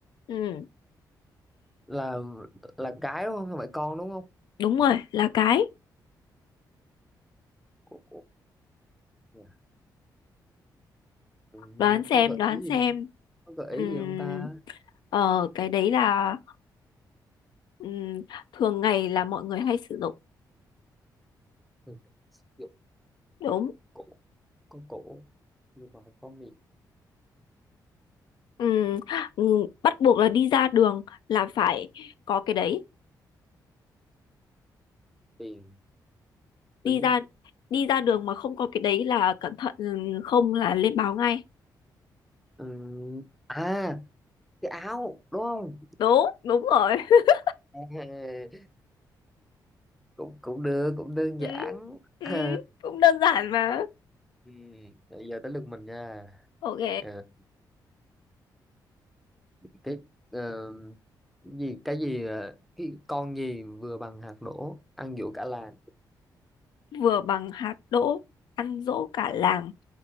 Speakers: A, on the left; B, in the centre.
A: ừ,
B: Là là cái đúng không? Không phải con đúng không?
A: đúng rồi là cái
B: Cổ mà- ừ,
A: đoán xem
B: có gợi
A: đoán
B: ý
A: xem
B: gì Có gợi
A: Ừm,
B: ý gì không ta?
A: ờ, cái đấy là Ừm, thường ngày là mọi người hay sử dụng
B: Ừ, dụ
A: đúng
B: cổ, có cổ nhưng mà không có miệng.
A: Ừm, ừm, bắt buộc là đi ra đường là phải có cái đấy
B: Tiền,
A: đi
B: ví.
A: ra đi ra đường mà không có cái đấy là cẩn thận ừm, không là lên báo ngay
B: Ừ. À, cái áo đúng không?
A: đúng đúng rồi <laughs>
B: Ê, cũng cũng được, cũng đơn
A: ừ,
B: giản.
A: ừ,
B: <laughs>
A: cũng đơn giản mà
B: Ừ. Bây giờ tới lượt mình nha.
A: ok
B: Ừ. cái ờ, gì cái gì ờ, cái con gì vừa bằng hạt nổ ăn giỗ cả làng
A: vừa bằng hạt đỗ ăn dỗ cả làng